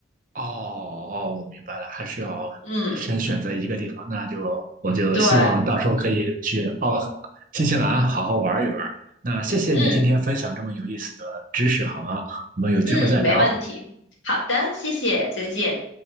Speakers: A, on the right (about 45°); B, on the left (about 75°).
A: 哦哦，我明白了，还是要先选择一个地方。
B: 嗯，
A: 那就我就希望到时候可以去澳
B: 对，
A: 新西兰好好玩一玩。那谢谢你今天分享这么有意思的知识，
B: 嗯
A: 好吗？我们有机会再聊。
B: 嗯，没问题。好的，谢谢，再见。